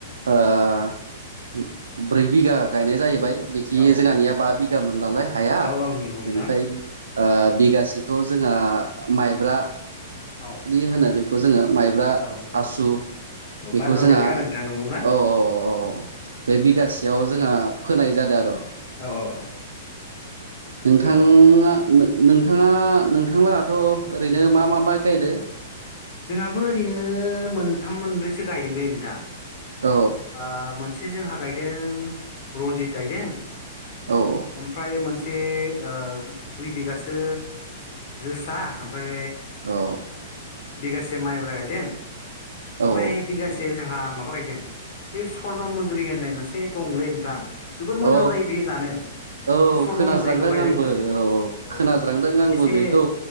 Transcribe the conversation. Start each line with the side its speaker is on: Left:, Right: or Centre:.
Right: ओ ब्रै बिगा गायनाय जाहैबाय। बिखि
Left: औ
Right: जोंहानिया बा बिगाम मोनलालाय हाया
Left: औ औ नंगौ नोंथां
Right: बेनिफाय ओ बिगासेखौ जोंङा माइब्रा
Left: औ
Right: दि होनो बेखौ जोंङो माइब्रा
Left: औ औ
Right: आसु
Left: औ
Right: बेखौ
Left: माइब्राबो
Right: जोंहा
Left: गायदों आरो नोंथां नंगौ ना
Right: औ औ औ बे बिगासेयाव जोंहा फोनाय जादो आर
Left: औ औ औ
Right: नोंथाङा
Left: औ
Right: नोंथांङा नोंथांलाहाथ' ओरैनो मा मा माइ गायदो
Left: जोंहाबो ओरैनो मोनथाम मोनब्रैसो गायदोंलै नोंथां
Right: औ
Left: आ मोनसे जोंहा गायदों रनजित गायदों
Right: औ
Left: ओमफ्राय मोन थे ओ दुइ बिगासो जोसा फाय
Right: औ
Left: बिगासे माइब्रा गायदों।
Right: औ
Left: ओमफाय बिगासे
Right: औ
Left: जोंहा माबा गायदों बे स्वर्न मुजुरि होननाय मोनसे दंलै नोंथां जबोद मोजां
Right: औ
Left: जायो बे जानो।
Right: औ
Left: बे स्वर्न
Right: खोनाज्रांदों
Left: मुजुरिखौ गायदों
Right: आंबो
Left: नोंथां औ
Right: खोनाज्रांदों
Left: औ
Right: आंबो
Left: एसे
Right: बेखौ